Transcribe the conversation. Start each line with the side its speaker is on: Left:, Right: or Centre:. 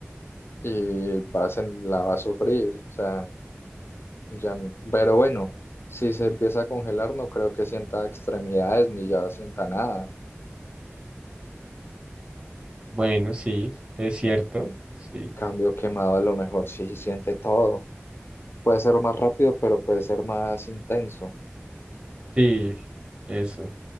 Left: y vas en- la va a sufrir, o sea, ya, n- pero bueno, si se empieza a congelar, no creo que sienta extremidades ni ya sienta nada.
Right: Bueno, sí, es cierto,
Left: En
Right: sí,
Left: cambio, quemado a lo mejor sí siente todo. Puede ser más rápido, pero puede ser más intenso.
Right: sí, eso.